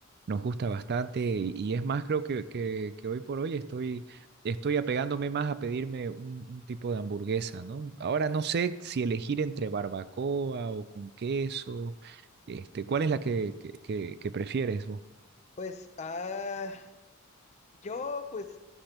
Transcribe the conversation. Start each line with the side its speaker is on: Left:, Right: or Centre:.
Right: nos gusta bastante y, y es más, creo que, que, que hoy por hoy estoy, estoy apegándome más a pedirme un, un tipo de hamburguesa, ¿no? Ahora no sé si elegir entre barbacoa o con queso, este, ¿cuál
Left: Mm,
Right: es la que, que, que, que prefieres vos?
Left: Pues, ah, yo, pues,